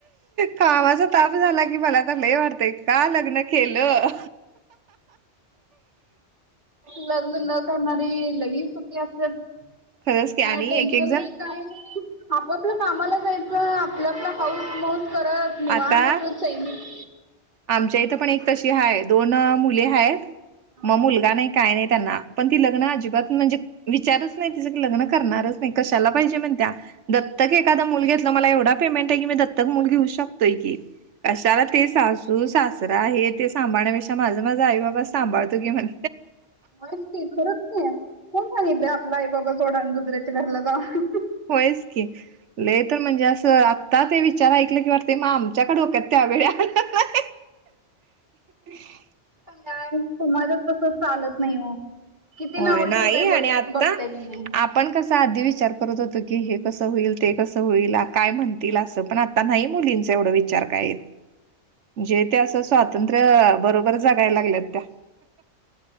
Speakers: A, on the right; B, on the right.
A: कामाचा ताप झाला की, मला तर लय वाटतय, का लग्न केलं.
B: लग्न न करणारी लई सुखी असतात.
A: खरंच की आणि
B: काय टेन्शन
A: एक एक जण
B: नाही काय नाही, आप आपल्या कामाला जायचं, आपलं आपला हाऊस मऊस करत, निवांत
A: आता
B: आपलं चैईनीत.
A: आमच्या इथं पण एक तशी हाय, दोन मुली आहेत,
B: हा
A: मग मुलगा नाही काय नाही त्यांना. पण ती लग्न अजिबात, म्हणजे विचारच नाही तिचं की लग्न करणारच नाही कशाला पाहिजे म्हण त्या दत्तक एखादा मूल घेतलं, मला एवढा पेमेंटेय की, मी दत्तक मूल घेऊ शकतोय की. कशाला ते सास सू सासरा हे ते सांभाळण्यापेक्षा, माझं माझ आई बाबा सांभाळतो की, म्हण.
B: होय की, खरंच की, कोण सगितलं आपल आई बाबा सोडा आणि दुसऱ्याच्या घरला जावा.
A: होयच की. लई तर म्हणजे, असं आता ते विचार ऐकलं की, वाटते म आमच्या का डोक्यात त्यावेळी आल नाही. <unintelligible>
B: गा तुमझ तस चालत नाही ओ. किती
A: होय
B: नावं
A: नाही
B: ठेवताय बघ
A: आणि आता
B: बघताय की नाही.
A: आपण कसा आधी विचार करत होतो की, हे कसं होईल ते कसं होईल, काय म्हणतील असं, पण आत ता नाही मुलींचा एवढं विचार कायेत. जे ते असं, स्वातंत्र्य बरोबर जगायला लागल्यात त्या.